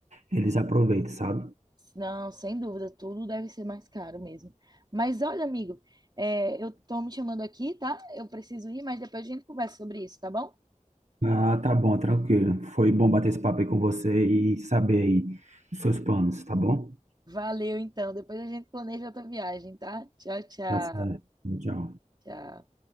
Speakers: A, on the right; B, on the right.
A: eles aproveitam, sabe?
B: Não, sem dúvida, tudo deve ser mais caro mesmo. Mas olha, amigo, é, eu tô me chamando aqui, tá? Eu preciso ir, mas depois a gente conversa sobre isso, tá bom?
A: Ah, tá bom, tranquilo. Foi bom bater esse papo aí com você e saber aí os seus planos, tá bom?
B: Valeu, então. Depois a gente planeja outra viagem, tá? Tchau, tchau.
A: Tá certo. Tchau.
B: Tchau.